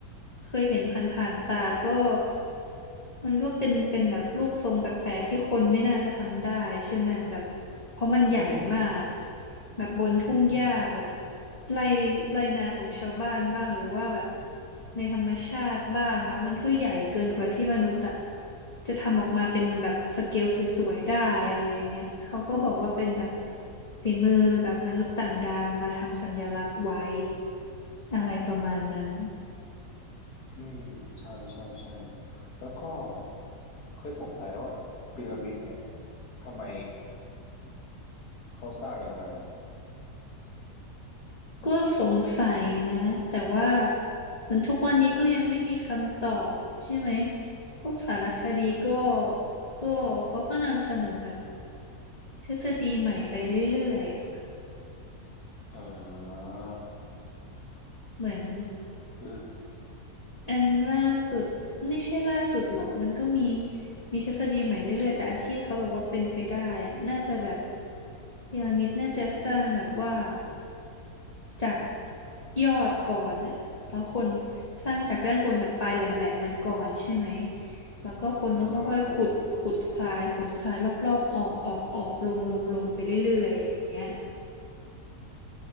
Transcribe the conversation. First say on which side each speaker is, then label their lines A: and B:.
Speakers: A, on the left; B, on the left.
A: เคยเห็นผ่านๆตาก็มันก็เป็นเป็นแบบรูปทรงแปลกๆที่คนไม่น่าจะทำได้ใช่ไหมแบบเพราะมันใหญ่มาก
B: อืม
A: แบบบนทุ่งหญ้าแบบ
B: อืม
A: ไร่ไร่นาของชาวบ้านบ้างหรือว่าแบบในธรรมชาติบ้างแล้วมันก็ใหญ่เกินกว่าที่มนุษย์อะจะทำออกมาเป็นแบบสเกลสวยๆได้อะไรอย่างเงี้ยเขาก็บอกว่าเป็นแบบ ฝีมือแบบมนุษย์ต่างดาวมาทำสัญลักษณ์ไว้อะไรประมาณนั้น
B: อืมใช่ใช่ใช่แล้วก็เคยสงสัยว่าพีระมิดเนี่ยทำไมเขาสร้างยังไงอ่ะ
A: ก็สงสัยนะแต่ว่ามันทุกวันนี้ก็ยังไม่มีคำตอบใช่ไหมพวกสารคดีก็
B: ใช่
A: ก็เขาก็นำเสนอแบบทฤษฎีใหม่ไปเรื่อยๆอะ
B: อ่า
A: เหมือน
B: คือ
A: อันล่าสุดไม่ใช่ล่าสุดหรอกมันก็มีมีทฤษฎีใหม่เรื่อยๆแต่อันที่เขาบอกว่าเป็นไปได้อะน่าจะแบบพีระมิดน่าจะสร้างแบบว่า จากยอดก่อนอะแล้วคนสร้างจากด้านบนแบบปลายแหลมๆมันก่อนใช่ไหมแล้วก็คนก็ค่อยๆขุดขุดทรายขนทรายรอบๆออกออกออกลงลงลงไปเรื่อยๆอะไรอย่างเงี้ย
B: อือฮะ